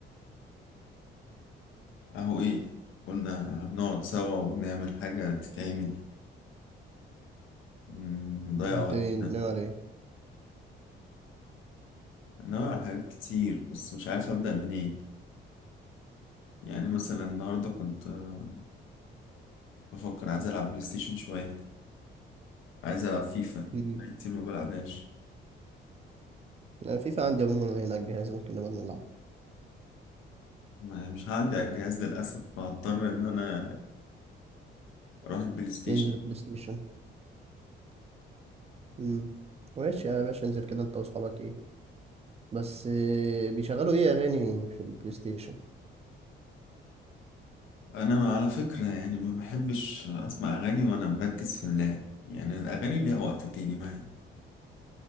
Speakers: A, on the left; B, on the right.
A: اهو ايه قلنا نقعد سوا ونعمل حاجة تتعمل ونضيع
B: انت
A: وقتنا
B: ايه، ناوي على ايه
A: ناوي على حاجات كتير بس مش عارف ابدأ منين يعني مثلا النهاردة كنت آه، بفكر عايز العب بلاي ستيشن شوية عايز العب فيفا
B: مم.
A: بقالي كتير ما بلعبهاش
B: يعني فيفا عندي عموما هنا على الجهاز ممكن نبقى نلعب
A: ما- مش عندي على الجهاز للاسف فهضطر ان انا اروح البلاي ستيشن
B: ننزل بلاي ستيشن مم. ماشي يا باشا انزل كده انت واصحابك ايه بس اه، بيشغلوا ايه اغاني في البلاي ستيشن
A: انا على فكرة يعني ما بحبش اسمع اغاني وانا مركز في اللعب يعني الاغاني ليها وقت تاني معي